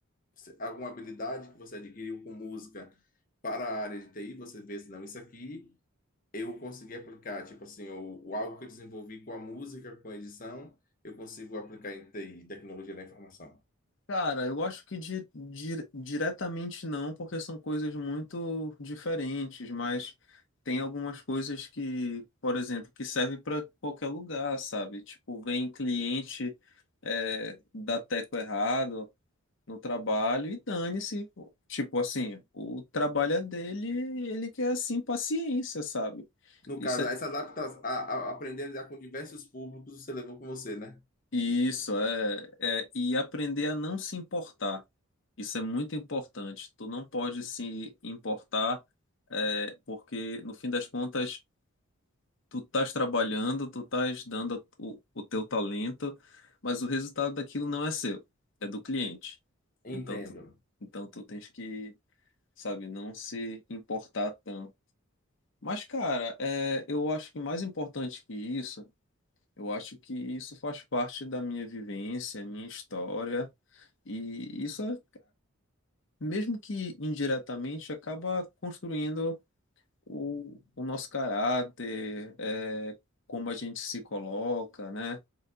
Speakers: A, on the left; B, on the left.
A: Se- Alguma habilidade que você adquiriu com música para a área de TI? Você vê se não, isso aqui eu consegui aplicar, tipo assim, o, o algo que eu desenvolvi com a música, com a edição, eu consigo aplicar em TI, tecnologia da informação.
B: Cara, eu acho que di di- diretamente não, porque são coisas muito diferentes, mas tem algumas coisas que, por exemplo, que servem para qualquer lugar, sabe? Tipo, vem cliente é, dá teco errado no trabalho e dane-se. Tipo assim, o trabalho é dele e ele quer assim paciência, sabe?
A: No
B: Isso
A: caso,
B: é,
A: essa adaptação, a, a aprender a lidar com diversos públicos, você levou com você, né?
B: isso é, é, e aprender a não se importar. Isso é muito importante. Tu não pode se importar, é, porque no fim das contas, tu estás trabalhando, tu estás dando o, o teu talento, mas o resultado daquilo não é seu, é do cliente.
A: Entendo.
B: Então tu, então tu tens que, sabe, não se importar tanto. Mas, cara, é, eu acho que mais importante que isso, eu acho que isso faz parte da minha vivência, minha história. E isso é, mesmo que indiretamente, acaba construindo o, o nosso caráter, é, como a gente se coloca, né?